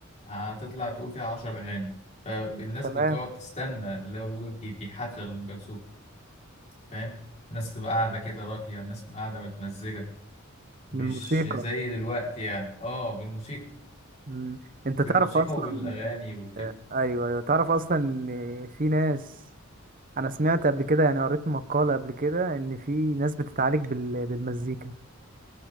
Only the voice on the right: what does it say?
تمام
من الموسيقى
مم. انت
تعرف اصلا
ايوه ايوه تعرف اصلا ان في ناس انا سمعت قبل كده يعني قريت مقالة قبل كده ان في ناس بتتعالج بال... بالمزيكا